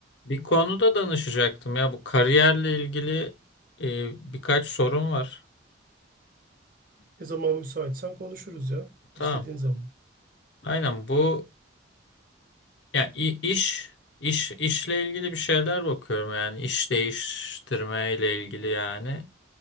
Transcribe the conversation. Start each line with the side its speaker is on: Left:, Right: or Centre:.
Left: Bir konuda danışacaktım ya bu kariyerle ilgili e, birkaç sorun var.
Right: Ne zaman müsaitsen konuşuruz ya.
Left: Tamam.
Right: İstediğin zaman.
Left: Aynen bu yani iş iş işle ilgili bir şeyler bakıyorum yani iş değiştirme ile ilgili yani.